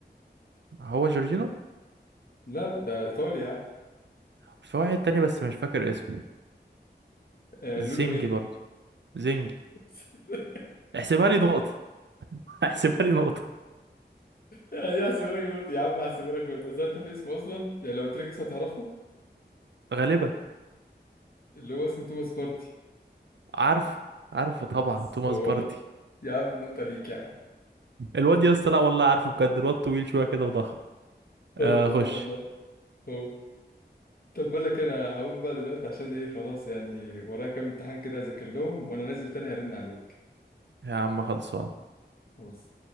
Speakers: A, on the right; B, on the left.
A: هو جورجينو
B: لا لا ده إيطالي يا عم
A: في واحد تاني بس مش فاكر اسمه
B: آه،
A: زنجي
B: لونه إيه؟
A: برضه زنجي
B: <laughs>
A: احسبها لي نقطة هحسبها لي نقطة
B: يعني هحسبها لك نقطة يا عم هحسبها لك نقطة بس أنت في اسمه أصلا يعني لو قلت لك اسمه هتعرفه
A: غالبا
B: اللي هو اسمه توماس بارتي
A: عارف عارفه طبعا
B: بس
A: توماس
B: هو
A: باردي
B: ده يا عم النقطة ليك يا عم
A: الواد يا اسطى لا والله عارفه بجد الواد طويل شوية كده وضخم آه
B: هو هو
A: خش
B: والله هو طب بقول لك أنا هقوم بقى دلوقتي عشان إيه خلاص يعني ورايا كام امتحان كده أذاكر لهم وأنا نازل تاني هرن عليك
A: يا عم خلصان
B: خلاص